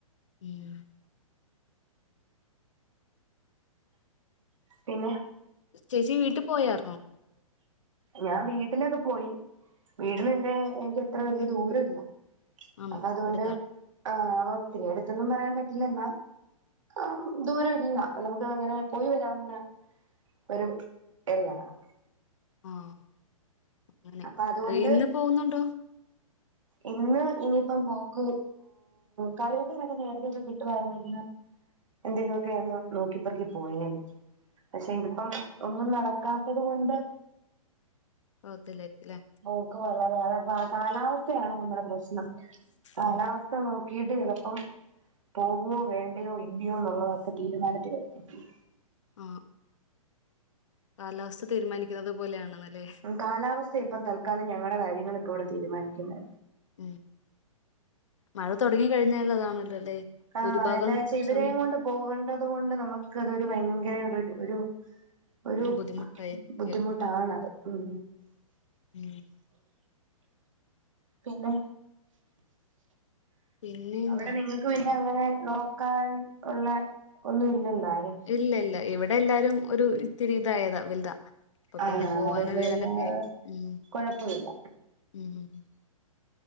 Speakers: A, on the left; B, on the right.
A: ഉം.
B: പിന്നെ
A: ചേച്ചി വീട്ടിൽ പോയാരുന്നോ
B: ഞാൻ വീട്ടിലൊക്കെ പോയി വീട്ടിന് എന്റെ എനിക്ക് അത്ര വല്യ ദൂര ഇല്ല
A: ആണോ
B: അപ്പതുകൊണ്ട്
A: അടുത്താണ്
B: ആ ഒത്തിരി അടുത്തൊന്നും പറയാൻ പറ്റില്ലെന്നാ ആ ദൂരം ഇല്ല. നമുക്ക്ങ്ങനെ പോയി വരാവുന്ന ഒരു <inaudible> റിയാണ്
A: ആഹ് അങ്ങനെ
B: അപ്പൊ അതുകൊണ്ട്
A: ഇന്ന് പോവുന്നുണ്ടോ
B: ഇന്ന് ഇനിയിപ്പം പോക്ക് കറിവക്കാനൊക്കെ നേരത്തേക്ക് കിട്ടുവായിരുന്നെങ്കില് എന്തേലുമൊക്കെയന്ന് നോക്കിപ്പറക്കിപോയേനെ പക്ഷെ ഇതിപ്പം ഒന്നും നടക്കാത്തത് കൊണ്ട്
A: പോകത്തില്ലായിരിക്കുംല്ലേ
B: പോക്ക് വളരെ അ കാലാവസ്ഥയാണ് നമ്മുടെ പ്രശ്നം കാലാവസ്ഥ
A: ഉം
B: സ്ഥ നോക്കിയിട്ട് ചിലപ്പം പോവുവോ വേണ്ടയോ ഇല്ലയോ ന്നുള്ളതൊക്കെ തീരുമാനത്തി വരും <inaudible>
A: ആഹ് കാലാവസ്ഥ തീരുമാനിക്കുന്നത് പോലെയാണെന്നല്ലേ
B: കാലാവസ്ഥയ ഇപ്പം തൽക്കാലം ഞങ്ങടെ കാര്യങ്ങള് ഇപ്പ ഇവിടെ തീരുമാനിക്കുന്ന
A: ഉം മഴ തൊടങ്ങി കഴിഞ്ഞാൽ അതാണല്ലോ അല്ലേ
B: ആഹ്
A: ഭൂരിഭാഗം
B: എന്നാച്ച ഇവരെയും
A: സമയം
B: കൊണ്ട് പോകണ്ടത് കൊണ്ട് നമുക്ക് അതൊരു ഭയങ്കര ഒരു ഒരു ഒരു
A: ബുദ്ധിമുട്ടായിരിക്കും
B: ബുദ്ധിമുട്ടാണത്. ഉം.
A: ഉം.
B: പിന്നെ
A: പിന്നെ എന്താ
B: അവിടെ നിങ്ങക് പിന്നെങ്ങനെ നോക്കാൻ ഉള്ള ഒന്നും ഇല്ലല്ലോ ആര്
A: ഇല്ല ല്ല ഇവിടെഎല്ലാരും ഒരു ഇത്തിരി ഇതായതാ വൽതാ. അപ്പൊ പിന്നെ
B: ആഹ്
A: പോവാനും
B: അതുകൊണ്ട്
A: വരാനൊക്കെ
B: പിന്നെ
A: ഉം'
B: കൊഴപ്പമില്ല
A: ഉം.